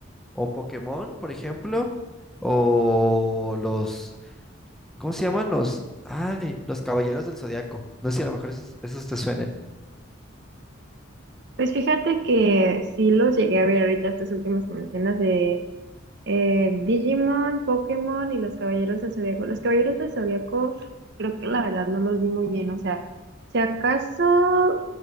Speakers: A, in the centre; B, on the right.
A: o Pokémon, por ejemplo, o los, ¿cómo se llaman? Los, ay, los Caballeros del Zodiaco. No sé si a lo mejor esos, esos te suenen.
B: Pues fíjate que sí los llegué a ver ahorita estos últimos que mencionas de eh, Digimon, Pokémon y los Caballeros del Zodiaco. Los Caballeros del Zodiaco creo que la verdad no los vi muy bien, o sea, si acaso